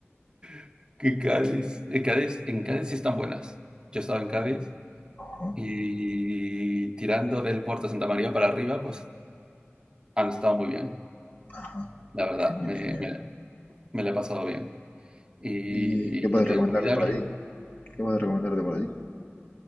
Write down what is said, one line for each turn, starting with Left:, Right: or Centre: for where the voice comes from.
Right: <laughs> que Cádiz, en Cádiz, en Cádiz sí están buenas. Yo estaba en Cádiz
Left: Ajá,
Right: y tirando del puerto de Santa María para arriba, pues han estado muy bien,
Left: ajá.
Right: la verdad,
Left: Genial,
Right: me,
Left: genial.
Right: me, me la he pasado bien. Y,
Left: ¿Y qué puedes
Right: y la
Left: recomendarle
Right: comida
Left: por
Right: bien.
Left: allí? ¿Qué puedo recomendarte por allí?